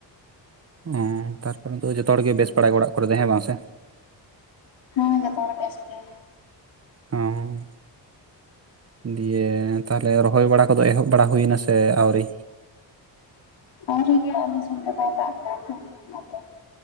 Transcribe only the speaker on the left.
ᱡᱚᱛᱚ ᱦᱚᱲ ᱵᱮᱥ ᱜᱮ
ᱟᱹᱣᱨᱤᱜᱮ ᱟᱞᱮ ᱥᱮᱱ ᱫᱚ ᱵᱟᱭ ᱫᱟᱜ ᱟᱠᱟᱫᱟ ᱛᱚ ᱚᱱᱟᱛᱮ᱾